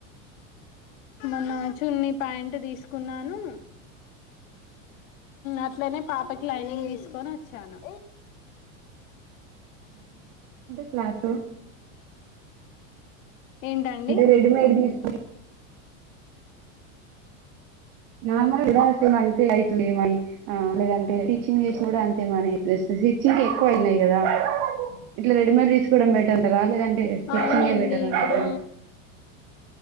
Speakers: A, on the left; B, on the right.
A: మొన్న చున్నీ ప్యాంట్ తీసుకున్నాను అట్లనే పాపకి లైనింగ్ తీస్ కొన వచ్చాను
B: క్లాత్ <inaudible> <unintelligible>
A: ఏంటండి
B: అంటే రెడీమేడ్ తీసుకు నార్మల్ విస అవుతుంది ఏమ లేదంటే స్టిచ్చింగ్ చేసిన కూడా అంతేమ స్టిచ్చింగ్ ఎక్కువ అయినాయి కదా ఇట్లా రెడీమేడ్ తీసుకోవడం పెట్టంటారా లేదంటే స్ట్రిచింగ్
A: అవునండి
B: బెటర్ అంటరా
A: ఇప్పుడు